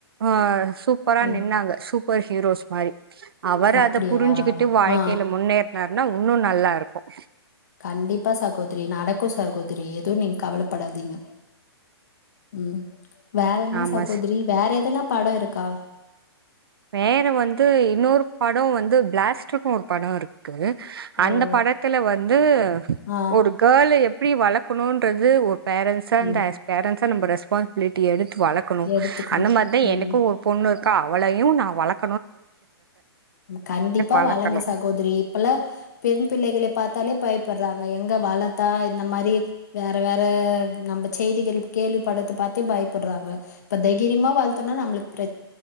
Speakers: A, on the right (about 60°); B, on the left (about 40°).
A: ஆஹ் சூப்பரா
B: ம்.
A: நின்னாங்க சூ ப்பர் ஹுரோஸ் மாரி அவர்
B: அப்படியா?
A: அத புரிஞ்சுகிட்டு வாழ்க்கையில
B: ஆ.
A: முன்னேறுனாரு ன்னா இன்னும் நல்லா இருக்கும்
B: கண்டிப்பா சகோதரி நடக்கும் சகோதரி எதுவும் நீங்க கவலைப்படாதீங்க உம் வேற என்ன
A: ஆமா
B: சகோதிரி
A: சி
B: வேற எதனா படம் இருக்கா
A: வேற வந்து இன்னொரு படம் வந்து பிளாஸ்டருன்னனு ஒரு படம் இருக்கு அந்த
B: ஓ!
A: படத்துல வந்து
B: ஆ
A: ஒரு கேர்ள் எ எப்படி வளர்க்கணுன்றது ஒ பேரன்ட்ஸ் ஆ
B: ம்
A: அஸ் பேரன்ஸ் நம்ம ரெஸ்பான்சிபிலிட்டி எடுத்து வளக்கணும்
B: எடுத்துக்கணு
A: அந்த மாதிரிதான்
B: ம்
A: எனக்கும்
B: ம்
A: ஒரு பொண்ணு இரு அவளயு நா வளக்
B: கண்டிப்பா
A: வளக்கணு
B: வளங்க சகோதரி இப்பல்லா பெண் பிள்ளைகள பாத்தாலே பயப்பட்றாங்க எங்க வளத்தா இந்த மாரி வேற வே ற நம்ம செய்திகள் கேள்விபடற்த்த பாத்து பய பட்றாங்க இப்ப தகிரிமா வளத் துனா நம்ளுக் பிர